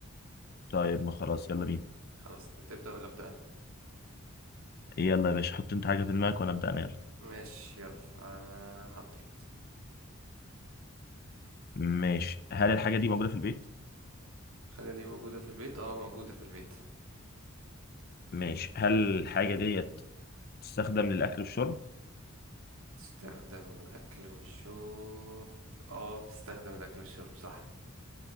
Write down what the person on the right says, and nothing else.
خلاص تبدأ ولا ابدأ انا
ماشي يلا انا حطيت
الحاجة دي موجودة في البيت اه موجودة في البيت
تستخدم للأكل والشرب اه بتستخدم للأكل والشرب صح